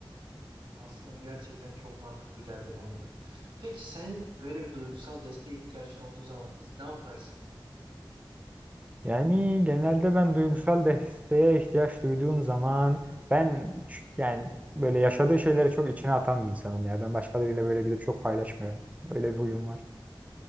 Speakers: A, on the right; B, on the right.
A: Aslında bu gerçekten çok mantıklı geldi bana da. Peki senin böyle bir duygusal desteğe ihtiyacın olduğu zaman ilk ne yaparsın?
B: Yani genelde ben duygusal desteğe ihtiyaç duyduğum zaman ben ç- yani böyle yaşadığı şeyleri çok içine atan bir insanım ya. Ben başkalarıyla böyle gidip çok paylaşmıyorum. Öyle bir huyum var.